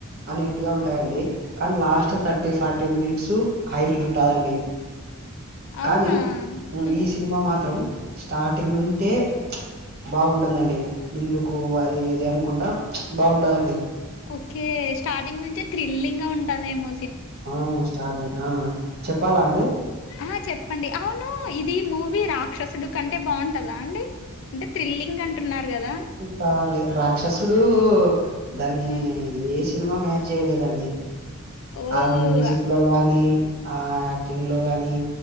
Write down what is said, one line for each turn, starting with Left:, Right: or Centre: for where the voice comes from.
Right: అనేట్టుగా ఉంటాయండి కానీ last thirty forty minutes highlight ఉంటాదండి
Left: అవునా
Right: కానీ
Left: ఉమ్,
Right: ఈ సినిమా మాత్రం స్టార్టింగ్ నుంటే బావుటుందండి ఎందుకు అది ఇది అనుకుంటా బావుంటాదండి
Left: ఓకే స్టార్టింగ్ నుంచే థ్రిల్లింగ్ గా ఉంటాదేమో
Right: ఆ స్టార్టింగ్ ఆ చెప్పాలా అండి
Left: ఆ చెప్పండి అవును ఇది మూవీ రాక్షసుడు కంటే బావుంటదా అండి అంటే థ్రిల్లింగ్ అంటున్నారు కదా.
Right: రాలే రాక్షసుడు. దాన్ని
Left: హ్మ్.
Right: ఏ సినిమా మ్యాచ్ చేయలేదండి.
Left: ఓహ్!
Right: ఆ మ్యూజిక్ లో గాని, ఆ యాక్టింగ్ లో గాని.